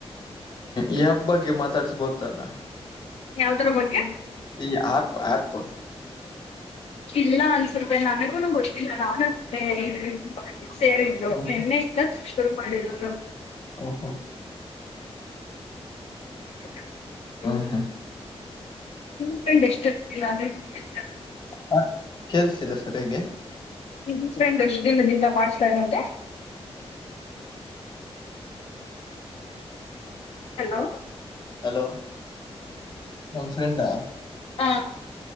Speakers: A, on the left; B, on the left.
A: ಈ ಹಬ್ಬ ಬಗ್ಗೆ ಮಾತಾಡಸಬಹುದಿತ್ತಲ್ಲಾ
B: ಯಾವ್ದಾದ್ರ ಬಗ್ಗೆ
A: ಈ ಆಪ್ ಆಪ್
B: ಇಲ್ಲ ಅನ್ಸರುಪ ನನಗೂನು ಗೊತ್ತಿಲ್ಲ ನಾನು ಅ ಸೇರಿದ್ರು
A: ಓಹೋ
B: ನಿನ್ನೆ ಇತ ಚಿ ಶುರು ಮಾಡಿರು
A: ಓಹೋ
B: <unintelligible> ಹ್ಮ
A: ಹ್ಮ್ ಹ್ಮ್
B: <unintelligible>
A: ಹ ಕೇಲ್ಸಿಲ್ಲ ಸರಿಯಾಗಿ
B: ನಿ ಫ್ರೆಂಡ್ ದದಿಂದ ಮಾಡ್ಸ್ತಾನತ್ತ.. ಹಲೋ..
A: ಹಲೋ ನಮ ಫ್ರೆಂಡಾ.
B: ಹಾ